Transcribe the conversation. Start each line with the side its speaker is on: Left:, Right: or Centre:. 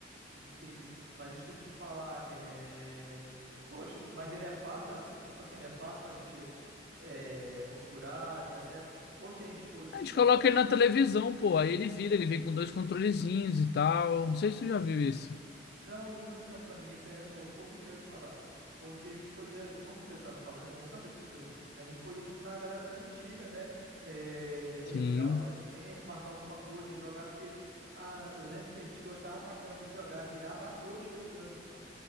Right: Uhum, Entendi. Mas deixa eu te falar, é... Poxa, mas ele é fácil, ass- tipo assim, ele é fácil pra gente é, configurar, ter acesso, porque a gente podia...
Left: A gente coloca ele na televisão, pô, aí ele vira, ele vem com dois controlezinhos e tal. Não sei se tu já viu isso.
Right: Não, ainda não vi não. Pra mim esse é novo. Por que que eu ia te falar? Porque a gente podia, como você tá me falando, eu não sabia desse videogame. A gente podia juntar a galera da antiga, né? É, relembrar
Left: Sim,
Right: os velhos tempos, marcar alguma coisa, jogar, porque ah, eu lembro que a gente gostava pra caramba de jogar, virava a noite jogando, pô.